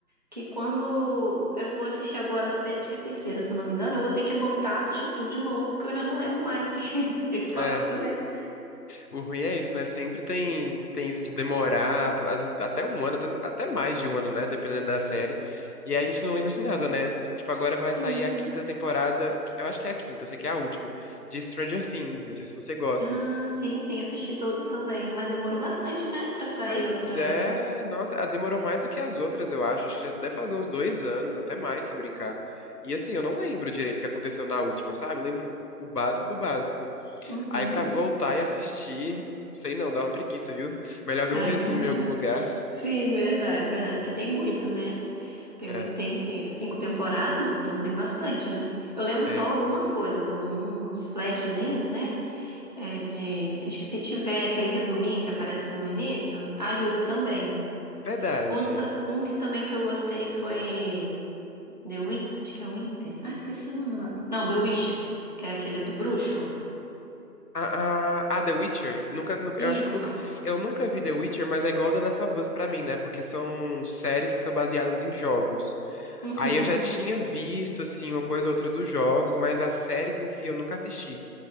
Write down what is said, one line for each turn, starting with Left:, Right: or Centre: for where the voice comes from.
Right: que quando eu vou assistir agora, a te- acho que é a terceira, se eu não me engano, eu vou ter que voltar a assistir tudo de novo, porque eu já não lembro mais o que, que- <laughs> o que que passou,
Left: É,
Right: né?
Left: o ruim é isso, né? Sempre tem, tem isso de demorar, às vezes até um ano, até, até mais de um ano, né? Dependendo da série. E aí a gente não lembra de nada, né? Tipo, agora vai
Right: Sim.
Left: sair a quinta temporada, eu acho que é a quinta, eu sei que é a última, de Stranger Things. Não sei se você gosta.
Right: Ah, sim, sim, assisti toda também. Mas demorou bastante, né, pra sair
Left: Pois
Right: outra.
Left: é, nossa, ah, demorou mais do que as outras, eu acho. Acho que já deve fazer uns dois anos, até mais, se brincar. E assim, eu não lembro direito o que aconteceu na última, sabe? Eu lembro o básico do básico.
Right: Uhum.
Left: Aí pra voltar e assistir, sei não, dá uma preguiça, viu? <laughs> Melhor ver
Right: Ai,
Left: um resumo
Right: verdade.
Left: em algum lugar.
Right: Sim, verdade, verdade. Porque tem muito, né? Tem
Left: É,
Right: muito, tem assim, cinco temporadas, então tem bastante, né? Eu lembro só
Left: é.
Right: algumas coisas, alguns flashzinhos, né? É de, acho que se tiver aquele resuminho que aparece no início, ajuda também.
Left: Verdade.
Right: Outra, um que também que eu gostei foi The Witch, acho que é Winter. Ai, esqueci o nome agora. Não, The Witcher, que é aquele do bruxo.
Left: A, a, a The Witcher, nunca, nunca-
Right: Isso.
Left: eu acho que eu nunca, eu nunca vi The Witcher, mas é igual The Last of Us pra mim, né? Porque são séries que são baseadas em jogos.
Right: Uhum.
Left: Aí eu já tinha visto, assim, uma coisa ou outra dos jogos, mas as séries em si eu nunca assisti.